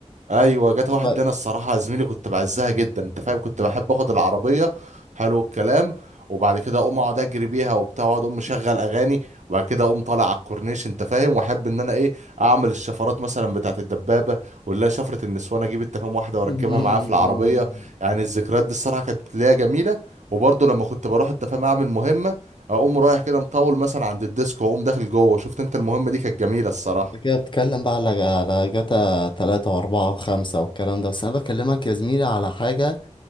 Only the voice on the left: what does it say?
بقى-
<laughs>
انت كده بتتكلم بقى على على جاتا تلاتة واربعة وخمسة والكلام ده بس انا بكلمك يا زميلي على حاجة